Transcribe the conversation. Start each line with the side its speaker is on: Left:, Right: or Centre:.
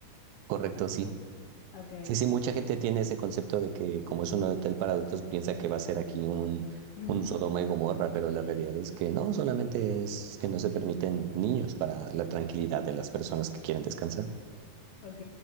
Right: Correcto, sí.
Left: Ok,
Right: Sí, sí, mucha gente tiene ese concepto de que como es un hotel para adultos, piensa que va a ser aquí un,
Left: <laughs>
Right: un Sodoma y Gomorra, pero la realidad es que no, solamente es que no se permiten niños para la tranquilidad de las personas que quieren descansar.
Left: ok.